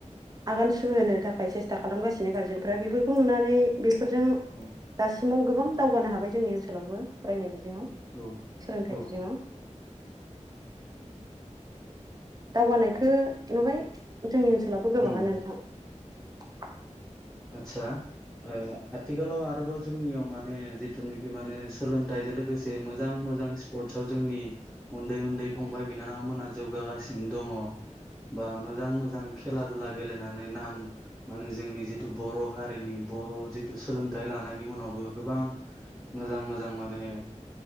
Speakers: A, on the right; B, in the centre.
A: आगान सुरहोनो थाखाय सेस्था खालामगासिनो गार्जेनफ्रा बेफोरखौ नुनानै बे फोरजों
B: औ
A: दासिमाव गोबां दावगानो हाबाय जोंनि ओनसोलावबो फरायनाय बिजोङाव
B: औ
A: सोलोंथाइ
B: औ औ
A: बिजोङाव दावगानायखौ नुबाय जोंनि ओनसोलावबो गोबाङानो
B: उम
A: नोंथां
B: आतसा ओ आथिखालाव आरोबाव जोंनियाव माने जिथुनाखि माने सोलोंथाइजों लोगोसे मोजां मोजां स्पर्टस आव जोंनि उन्दै उन्दै फंबाय बिनानावमोनहा जौगागासिनो दङ बा मोजां मोजां खेला दुला गेलेनानै नाम माने जोंनि जिथु बर' हारिनि बर' जिथु सोलोंथाइ लानायनि उनावबो गोबां मोजां मोजां माने